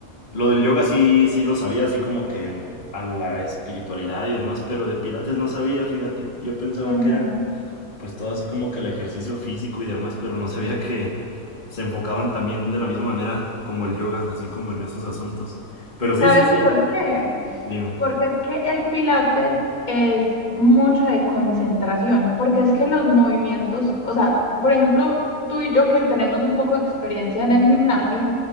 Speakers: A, on the left; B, on the left.
A: lo del yoga sí, sí lo sabía, así como que a la espiritualidad y demás, pero de Pilates no sabía, fíjate, yo pensaba
B: Ujú.
A: que era pues todo así como que el ejercicio físico y demás, pero no sabía que se enfocaban también de la misma manera como el yoga, así como en esos asuntos. Pero sí,
B: ¿Sabes
A: sí, sí,
B: por qué?
A: dime.
B: Porque es que el pilates es mucho de concentración, porque es que los movimientos, o sea, por ejemplo, tú y yo que tenemos un poco de experiencia en el gimnasio,